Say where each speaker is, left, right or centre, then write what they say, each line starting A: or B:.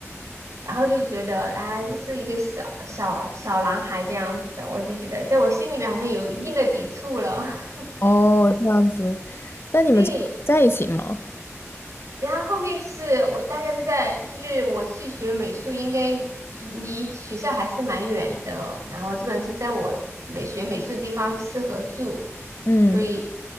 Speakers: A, on the right (about 80°); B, on the left (about 50°).
A: 然后就觉得，哎，这是一个小小小男孩这样子的，我就觉得在我心里面好像有一定的抵触了。<laughs>
B: 哦，这样子。那你们最后在一起吗？
A: 对，然后后面就是我大概是在，就是我去学美术，应该离离学校还是蛮远的，然后基本是在我美学美术的地方吃和住，
B: 嗯
A: 所以